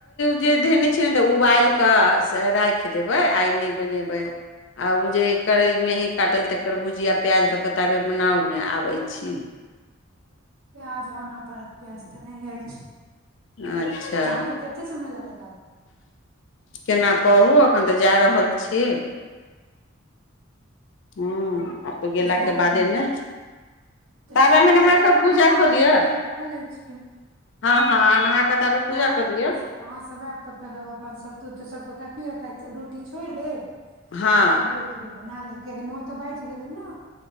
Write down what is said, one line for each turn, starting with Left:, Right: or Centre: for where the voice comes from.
Left: जे धेने छै ने उ बाल क' राखि देबे आइ नै बनेबै आ उ जे करैल मेंही काटल तकर भुजियाा प्याज धऽक' ताबे बनाउ ने आबय छी
Right: प्याज आन' पड़त प्याज तऽ नहि अछि
Left: अच्छा
Right: अहाँके कते समय लागत आबै
Left: केना कहू एखन तऽ जा रहल छीयै हँ आ तऽ
Right: मे
Left: गेलाके
Right: जादा
Left: बादे
Right: टाइम नहि
Left: ने
Right: तऽ
Left: ताबे
Right: ठीक
Left: अहाँ
Right: छै
Left: नहा
Right: तब तक
Left: कऽ
Right: हम
Left: पूजा
Right: नहा
Left: कऽ लिअ
Right: क पूजा कऽ लै छी
Left: हँ हँ अहाँ नहा कऽ ताबे पूजा
Right: आयब
Left: कऽ
Right: अपना
Left: लिअ
Right: अहाँ सब आयब त तकर बाद अपन सत्तु वत्तु सबगोटा पियब त'आय रोटी छोड़ि देब
Left: हँ
Right: अच्छा आब लेके बना ले कियाकी नओ तऽ बाजी गेलै न